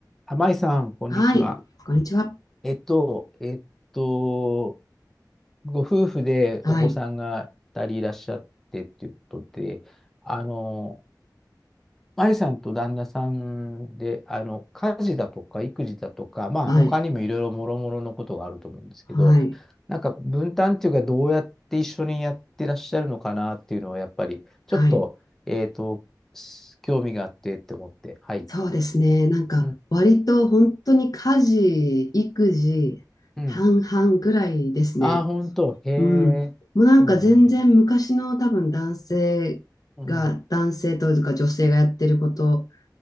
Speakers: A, in the centre; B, on the left.
A: 玉井さん、こんにちは。
B: はい。こんにちは。
A: えっと、えっと、ご夫婦でお子さんが2人いらっしゃってっていうことで、
B: はい。
A: あの、舞さんと旦那さんで、あの、家事だとか育児だとか、まあ、
B: はい。
A: 他にもいろいろもろもろのことがあると思うんですけど、
B: はい。
A: なんか分担っていうか、どうやって一緒にやってらっしゃるのかなっていうのは、やっぱり、ちょっと、
B: はい。
A: えっと、興味があってって思って、はい。
B: そうですね。なんか、
A: うん。
B: 割と本当に家事、育児、
A: うん
B: 半々ぐらいですね。
A: ああ、本当。へえ。
B: うん。もうなんか全然昔の多分男性が、
A: うん、うん、うん。うん
B: 男性というか女性がやってること